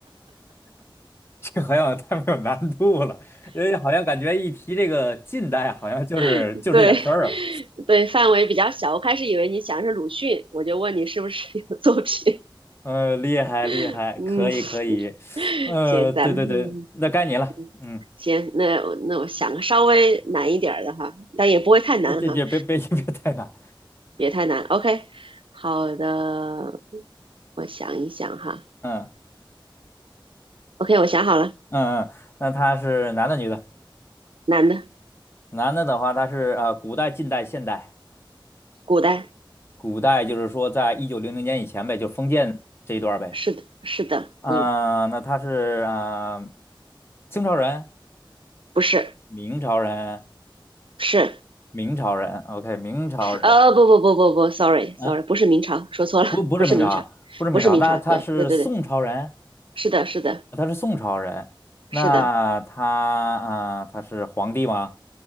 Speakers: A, on the left; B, on the right.
A: 这好像太没有难度了，呃，好像感觉一提这个近代啊，好像就是就这点事儿啊。
B: <laughs> 对，<laughs> 对，范围比较小。我开始以为你想的是鲁迅，我就问你是不是有作品。
A: 呃，厉害厉害，
B: <laughs> 嗯，
A: 可以可以，
B: <laughs>
A: 呃，
B: 行，咱们
A: 对对对，那该你了，
B: 嗯
A: 嗯，
B: 行，那我那我想个稍微难一点儿的哈，但也不会太难哈，
A: 这这这别别 <laughs> 别太难，
B: 别太难。OK，好的，我想一想哈。
A: 嗯
B: OK，我想好了，
A: 嗯嗯，那他是男的女的？
B: 男的，
A: 男的的话，他是呃古代、近代、现代，
B: 古代，
A: 古代就是说在一九零零年以前呗，就封建这一段儿呗，
B: 是的，是的，
A: 啊、
B: 嗯，
A: 那他是啊、呃清朝人、
B: 不是。
A: 明朝人、
B: 是，
A: 明朝人，OK，明朝人。
B: 呃，不不不不不，sorry
A: 啊，
B: sorry，不是明朝，说错了，
A: 不，不是明朝，
B: 不是明朝，
A: 不是明朝，
B: 不是明朝，
A: 那他是宋朝人，
B: 对对对对，是的是的
A: 他是宋朝人，那他啊、
B: 是的，
A: 呃他是皇帝吗？